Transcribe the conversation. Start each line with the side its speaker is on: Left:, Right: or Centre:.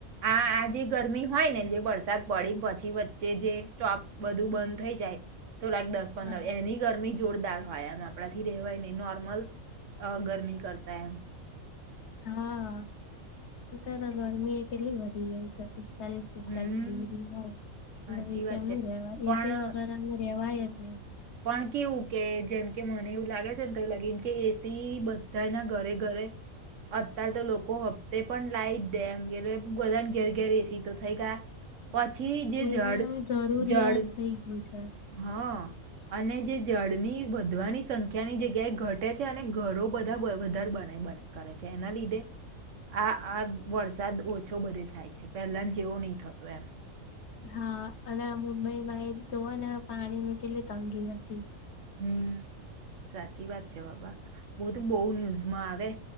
Right: આ આ જે ગરમી હોય ને જે વરસાદ પડીે પછી વચ્ચે જે સ્ટોપ બધું બંધ થઈ જાય. તો લક દસ
Left: હા.
Right: પંદર એની ગરમી જોરદાર હોય એમ આપણાથી રેવાય નહીં, નોર્મલ ગરમી કરતા એમ
Left: હા, અત્યારે તો ગરમી એ કેટલી વધી ગઈ છે. પિસ્તાલીસ-પિસ્તાલીસ
Right: હમ
Left: ડિગ્રી હોય
Right: સાચી
Left: એલે કે
Right: વાત
Left: એમ
Right: છે
Left: રેવાય
Right: પણ
Left: એસી વગર રેવાય જ નઈ. હમ.
Right: પણ કેવું કે જેમ કે મને એવું લાગે છે ને હદ લગી કે એસી બધાના ઘરે-ઘરે. અત્યારે તો લોકો હપ્તે પણ લાઈટ જ દેમ કે બધાને ઘેર ઘેર એસી તો થઈ ગયા. પછી
Left: એ
Right: જડ
Left: જે એમ જરૂરિયાત
Right: જડ
Left: થઇ ગયું છે.
Right: હા અને જે જળની વધવાની સંખ્યા સંખ્યાની જગ્યાએ ઘટે છે અને ઘરો બધા વધારે બને બને કરે છે, એના લીધે આ આ વરસાદ ઓછો બધે થાય છે, પહેલા જેવો નહીં થતો એમ.
Left: હા, અને મુંબઈમાં એ જોઓ ને પાણી ની કેટલી તંગી હતી.
Right: હમ, સાચી વાત છે બાબા. બધું તો બહુ ન્યુઝમાં આવે